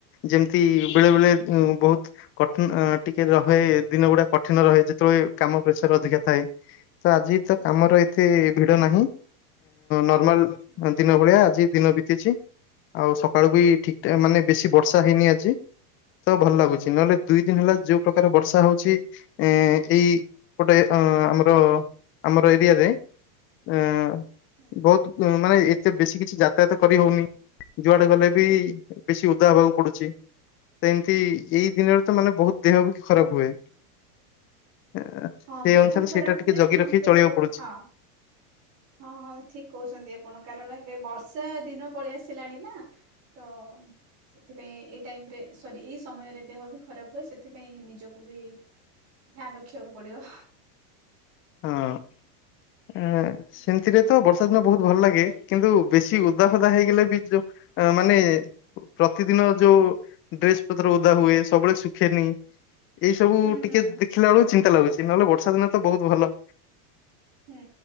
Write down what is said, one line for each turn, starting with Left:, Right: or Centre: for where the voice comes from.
Left: ଯେମିତି ବେଳେ ବେଳେ ବହୁତ୍ କଠିନ ଟିକେ ରହେ ଦିନ ଗୁଡା କଠିନ ରହେ ଯେତେବେଳେ କାମ ପ୍ରେସର୍ ଅଧିକା ଥାଏ। ତ ଆଜି ତ
Right: ହୁଁ
Left: କାମର ଏତେ ଭିଡ ନାହିଁ। ନର୍ମାଲ୍
Right: ହୁଁ
Left: ଦିନ ଭଳିଆ ଆଜି ଦିନ ବିତିଛି। ଆଉ ସକାଳୁ ବି ଠିକ୍
Right: ଆଚ୍ଛା
Left: ମାନେ ବେଶି ବର୍ଷା ହେଇନି ଆଜି। ତ ଭଲ ଲାଗୁଚି। ନହେଲେ
Right: ହୁଁ
Left: ଦୁଇ ଦିନ ହେଲା ଯୋଉ ପ୍ରକାର ବର୍ଷା ହଉଚି ଏ ଏଇ ପଟେ ଅ ଆମର ଆମର ଏରିଆରେ, ଅ
Right: ହୁଁ।
Left: ବହୁତ୍ ମାନେ ଏ ଏତେ ବେଶୀ କିଛି ଯାତାୟାତ କରିହଉନି। ଯୁଆଡେ ଗଲେ ବି ବେଶି ଓଦା ହେବାକୁ ପଡୁଚି। ଏମତି ଏଇ ଦିନରେ ତ ମାନେ ବହୁତ୍ ଦେହ ବି ଖରାପ୍ ହୁଏ। ସେଇ
Right: ହଁ ଦେହ
Left: ଅନୁସାରେ
Right: ଖରାପ
Left: ସେଇଟା ଟିକେ
Right: ହୁଏ
Left: ଜଗି
Right: କିନ୍ତୁ
Left: ରଖି ଚଳିବାକୁ ପଡୁଚି।
Right: ହଁ ହଁ ହଁ ଠିକ୍ କହୁଛନ୍ତି ଆପଣ। କାରଣ ଏବେ ବର୍ଷା ଦିନ ପଳେଇ ଆସିଲାଣି ନା। ତ ସେଥିପାଇଁ ଏଇ ଟାଇମ୍ ରେ ସରି ଏଇ ସମୟରେ ଦେହ ବି ଖରାପ୍ ହୁଏ। ସେଥିପାଇଁ ନିଜକୁ ବି ଧ୍ୟାନ୍ ରଖିବାକୁ ପଡିବ।
Left: ହଁ।
Right: ହୁଁ
Left: ସେମିତିରେ ତ ବର୍ଷା ଦିନ ବହୁତ୍ ଭଲ ଲାଗେ। କିନ୍ତୁ ବେଶି ଓ ଓଦା
Right: ହୁଁ
Left: ଫୋଦା ହେଇଗଲେ ବି ଯୋଉ ମାନେ ପ୍ରତିଦିନ ଯୋଉ ଡ୍ରେସ୍ ପତ୍ର ଓଦା ହୁଏ ସବୁବେଳେ ଶୁଖେନି ଏଇ ସବୁ
Right: ହୁଁ
Left: ଟିକେ
Right: ହୁଁ
Left: ଦେଖିଲା ବେଳକୁ ଚିନ୍ତା ଲାଗୁଚି। ନହେଲେ ବର୍ଷା ଦିନ ତ ବହୁତ୍ ଭଲ।
Right: ହୁଁ।